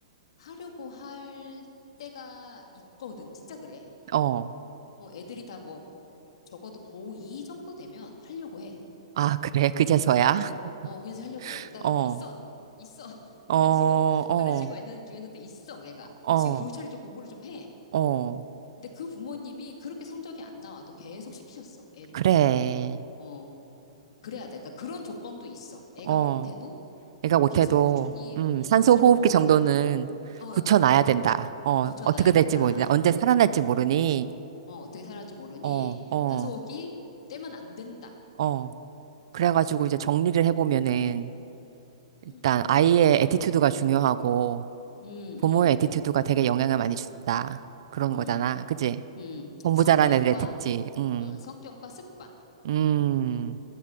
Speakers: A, on the left; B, on the right.
A: 하려고 할 때가 있거든. 진짜 그래.
B: 어.
A: 어, 애들이 다 뭐, 적어도 고2 정도 되면 하려고 해.
B: 아, 그래. 그제서야?
A: 어,
B: <laughs>
A: 어, 그래서 하려고 해. 나
B: 어,
A: 있어. 있어. <laughs> 근데
B: 어,
A: 지금
B: 어,
A: 가르치고 애들 중에서도 있어, 얘가.
B: 어,
A: 지금 겨우차례 좀 공부를 좀 해.
B: 어.
A: 근데 그 부모님이 그렇게 성적이 안 나와도 계속 시키셨어, 애를.
B: 그래.
A: 어, 그래야 돼. 그러니까 그런 조건도 있어. 애가
B: 어.
A: 못해도,
B: 내가
A: 어,
B: 못해도,
A: 계속 꾸준히,
B: 음,
A: 음,
B: 산소
A: 꾸준히
B: 호흡기
A: 뭐라도,
B: 정도는
A: 어, 어,
B: 붙여놔야 된다.
A: 이-
B: 어,
A: 음, 붙여놔야
B: 어떻게
A: 된다.
B: 될지 모르니. 언제 살아날지 모르니.
A: 어, 어떻게 살아날지 모르니
B: 어, 어,
A: 산소호흡이 떼면 안 된다.
B: 어. 그래가지고 이제 정리를 해보면은,
A: 음,
B: 일단 아이의 애티튜드가 중요하고
A: 음,
B: 부모의 애티튜드가
A: 음,
B: 되게 영향을 많이 준다. 그런
A: 음,
B: 거잖아. 그치?
A: 음.
B: 공부
A: 성격과,
B: 잘하는 애들의 특징. 음.
A: 어, 성격과 습관.
B: 음.